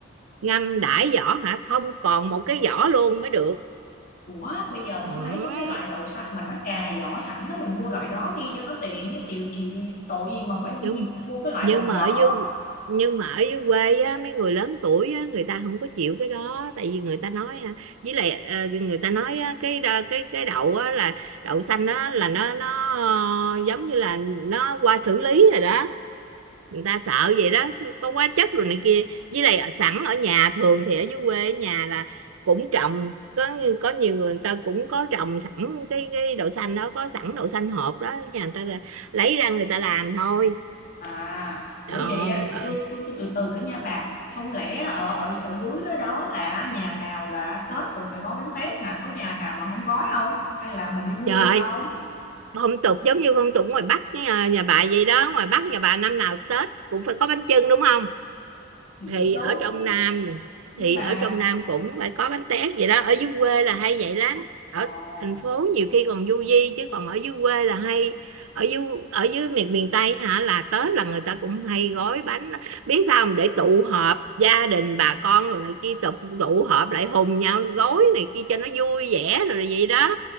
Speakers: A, on the right; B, on the left.
A: ngâm đãi vỏ hả không còn một cái vỏ luôn mới được
B: Ủa bây giờ
A: đó.
B: tôi thấy có cái loại đậu xanh mà nó cà vỏ sẵn đó mình mua loại đó đi cho nó tiện cái tiều chịu tội gì mà phải
A: nhưng
B: đi mua cái loại
A: nhưng
B: còn
A: mà
B: vỏ.
A: ở dưới nhưng mà ở dưới quê á mấy người lớn tuổi á người ta không có chịu cái đó tại vì người ta nói á, với lại ờ, người ta nói á, cái đa- cái cái đậu á là đậu xanh đó là nó nó ờ, giống như là nó qua xử lý rồi đó người ta sợ vậy đó có hóa chất rồi này kia với lại ở- sẵn ở nhà thường thì ở dưới quê ở nhà là cũng trồng có có nhiều người, người ta cũng có trồng sẵn cái cái đậu xanh đó có sẵn đậu xanh hộp đó nhà người ta ra- lấy ra người ta làm thôi
B: À, ủa
A: Ờ,
B: vậy á, thì
A: ờ,
B: tôi, tôi, tôi từ từ nữa nha bà. Không lẽ ở ở ở dưới đó đó là nhà nào là Tết cũng phải gói bánh tét hả? Có nhà nào mà không gói không? Hay là mình đi mua
A: trời ơi,
B: được không?
A: phong tục giống như phong tục ngoài Bắc nhà, nhà bà vậy đó ngoài Bắc nhà bà năm nào Tết cũng phải có bánh chưng đúng không
B: Thì
A: thì
B: cũng đúng.
A: ở trong Nam
B: Nhưng
A: thì
B: mà
A: ở trong Nam cũng phải có bánh tét vậy đó ở dưới quê là hay vậy lắm ở
B: ờ
A: thành phố nhiều khi còn du di chứ còn ở dưới quê là hay ở dưới ở dưới miền miền Tây hả là Tết là người ta cũng hay gói bánh biết sao không để tụ họp gia đình bà con rồi này kia tụ tụ họp lại hùng nhau gói này kia cho nó vui vẻ rồi vậy đó